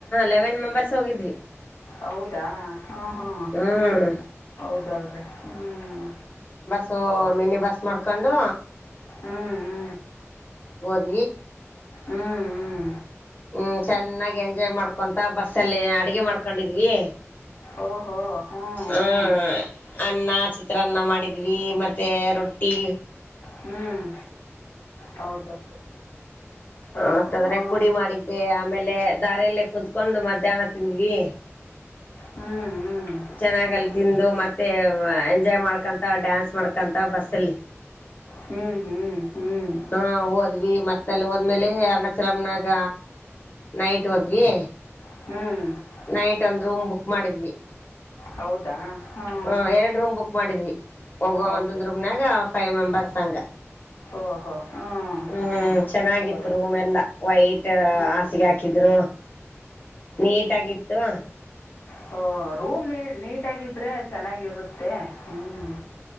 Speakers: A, on the left (about 40°); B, on the left (about 80°).
A: ಲೆವೆನ್ ಮೆಂಬರ್ಸ್ ಹೋಗಿದ್ವಿ
B: ಹೌದಾ ಹಾ ಹ್ಮ
A: ಹ್ಮ್
B: ಹೌದಲ್ರಿ ಹ್ಮ್
A: ಸೊ ಮಿನಿ ಬಸ್ ಮಾಡ್ಕೊಂಡು
B: ಹ್ಮ್ ಹ್ಮ್
A: ಅ
B: ಹ್ಮ್ ಹ್ಮ್
A: ಹ್ಮ್ ಚೆನ್ನಾಗಿ ಎಂಜಾಯ್ ಮಾಡ್ಕೊಂತ ಬಸ್ಸಲ್ಲಿ ಅಡಗೆ ಮಾಡ್ಕೊಂಡಿದ್ವಿ.
B: ಓಹೋ ಹ್ಞೂ
A: ಹಾ
B: ಹ್ಞೂ
A: ಅನ್ನ ಚಿತ್ರಾನ್ನ ಮಾಡಿದ್ವಿ ಮತ್ತೆ ರೊಟ್ಟಿ
B: ಹ್ಮ್ ಹೌದು ಓ
A: ಮತ್ ಅದ್ರಾಗ
B: ಹ್ಞೂ
A: ಪುಡಿ ಮಾಡಿದ್ದೆ ಆಮೇಲೆ ದಾರೀ ಎಲ್ಲೇ ಕುತ್ಕೊಂಡು ಮಧ್ಯಾಹ್ನ ತಿಂದ್ವಿ
B: ಹ್ಞೂ ಹ್ಞೂ
A: ಚೆನ್ನಾಗಲ್ಲಿ
B: ಹ್ಞೂ
A: ತಿಂದು ಮತ್ತೆ ಎಂಜಾಯ್ ಮಾಡ್ಕೊಂತ ಡ್ಯಾನ್ಸ್ ಮಾಡ್ಕೊಂತ ಬಸ್ಸಲ್ಲಿ
B: ಹ್ಮ್ ಹ್ಮ್ ಹ್ಮ್
A: ಹಾ ಹೋದ್ವಿ ಮತ್ತ ಅಲ್ಲಿ ಹೊದ್ಮೇಲೆ ಅರ್ನಾಚರಮ್ನಾಗ ನೈಟ್ ಹೋದ್ವಿ
B: ಹ್ಮ್
A: ನೈಟ್ ಒಂದ್ ರೂಮ್ ಬುಕ್ ಮಾಡಿದ್ವಿ.
B: ಹೌದಾ ಹ್ಞೂ
A: ಹ ಎರಡು ರೂಮ್ ಬುಕ್ ಮಾಡಿದ್ವಿ ಹೋಗುವ
B: ಹೌದು
A: ಒಂದೊಂದ್ ರೂಮ್ನಾಗ ಫೈವ್ ಮೆಂಬರ್ಸ್ ಹಂಗ
B: ಓಹೋ ಹ್ಮ್
A: ಹ್ಮ್ ಚೆನ್ನಾಗಿತ್ತು
B: ಹೌದವ್ರಿ
A: ರೂಮ ಎಲ್ಲ ವೈಟ್
B: ಹ್ಮ್
A: ಹಾಸಿಗೆ ಹಾಕಿದರ. ನೀಟಗಿತ್ತು
B: ಹ ರೂಮ್ ನೀ ನೀಟಾಗಿದ್ರೆ ಚೆನ್ನಾಗಿರುತ್ತೆ ಹ್ಮ್